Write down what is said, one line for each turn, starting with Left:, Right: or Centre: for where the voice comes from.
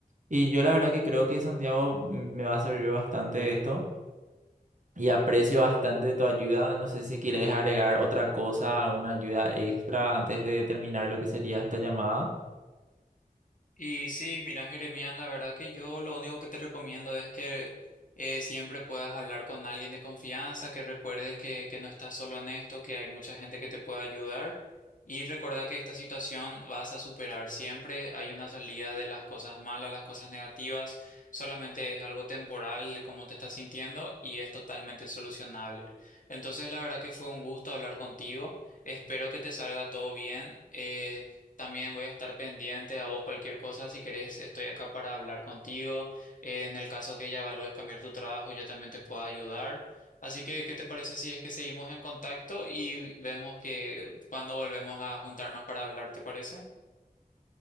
Right: Y yo la verdad que creo que Santiago mm, me va a servir bastante esto y aprecio bastante tu ayuda. No sé si quieres agregar otra cosa, alguna ayuda extra antes de terminar lo que sería esta llamada.
Left: Y sí, mira, Jeremías, la verdad que yo lo único que te recomiendo es que eh, siempre puedas hablar con alguien de confianza, que recuerdes que, que no estás solo en esto, que hay mucha gente que te puede ayudar y recordar que esta situación vas a superar. Siempre hay una salida de las cosas malas, las cosas negativas, solamente es algo temporal como te estás sintiendo y es totalmente solucionable. Entonces, la verdad que fue un gusto hablar contigo. Espero que te salga todo bien. Eh, también voy a estar pendiente a vos cualquier cosa. Si querés, estoy acá para hablar contigo. Eh, en el caso que ya evalúes cambiar tu trabajo, yo también te puedo ayudar. Así que, ¿qué te parece si es que seguimos en contacto y vemos que cuando volvemos a juntarnos para hablar, ¿te parece?